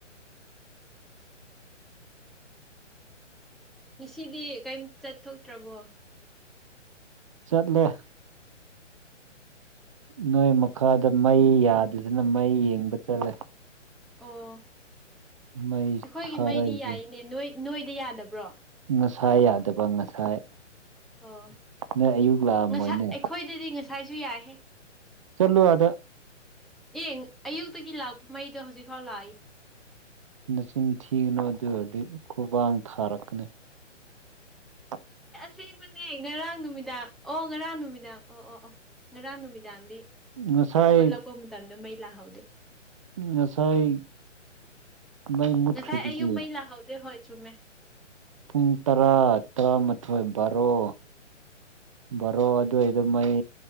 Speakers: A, in the centre; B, on the right (about 25°).
A: ꯉꯁꯤꯗꯤ ꯀꯩꯝ ꯆꯠꯊꯣꯛꯇ꯭ꯔꯕꯣ
B: ꯆꯠꯂꯦ ꯅꯣꯏ ꯃꯈꯥꯗ ꯃꯩ ꯌꯥꯗꯗꯅ ꯃꯩ ꯌꯦꯡꯕ ꯆꯠꯂꯦ
A: ꯑꯣ
B: ꯃꯩ
A: ꯑꯩꯈꯣꯏꯒꯤ
B: ꯊꯥꯔꯛꯏꯁꯦ
A: ꯃꯩꯗꯤ ꯌꯥꯏꯅꯦ ꯅꯣꯏ ꯅꯣꯏꯗ ꯌꯥꯗꯕ꯭ꯔꯣ
B: ꯉꯁꯥꯏ ꯌꯥꯗꯕ ꯉꯁꯥꯏ
A: ꯑꯣ
B: ꯅꯣꯏ ꯑꯌꯨꯛ ꯂꯥꯛꯑꯝꯃꯣꯏꯅꯦ
A: ꯉꯁꯥꯏ ꯑꯩꯈꯣꯏꯗꯗꯤ ꯉꯁꯥꯏꯁꯨ ꯌꯥꯏꯍꯦ
B: ꯆꯂꯨꯗ
A: ꯑꯦꯡ ꯑꯌꯨꯛꯇꯒꯤ ꯂꯥꯛꯄ ꯃꯩꯗꯣ ꯍꯧꯖꯤꯛꯐꯥꯎ ꯂꯥꯛꯏ
B: ꯅꯆꯤꯟ ꯊꯤꯒꯨꯅꯨ ꯑꯗꯨ ꯑꯣꯏꯔꯗꯤ ꯈꯨꯕꯥꯡ ꯊꯥꯔꯛꯀꯅꯤ ꯑ
A: ꯁꯤꯕꯅꯦ ꯉꯔꯥꯡ ꯅꯨꯃꯤꯗꯥꯡ ꯑꯣ ꯉꯔꯥꯡ ꯅꯨꯃꯤꯗꯥꯡ ꯑꯣ ꯑꯣ ꯑꯣ ꯉꯔꯥꯡ ꯅꯨꯃꯤꯗꯥꯡꯗꯤ
B: ꯉꯁꯥꯏ
A: ꯍꯧꯒꯠꯂꯛꯄ ꯃꯇꯝꯗ ꯃꯩ ꯂꯥꯛꯍꯧꯗꯦ
B: ꯉꯁꯥꯏ ꯃꯩ ꯃꯨꯠꯈ꯭ꯔꯤꯗꯨꯗꯤ
A: ꯉꯁꯥꯏ ꯑꯌꯨꯛ ꯃꯩ ꯂꯥꯛꯍꯧꯗꯦ ꯍꯣꯏ ꯆꯨꯝꯃꯦ
B: ꯄꯨꯡ ꯇꯔꯥ ꯇꯔꯥꯃꯥꯊꯣꯏ ꯕꯥꯔꯣ ꯕꯥꯔꯣ ꯑꯗꯨꯏꯗꯣ ꯃꯩ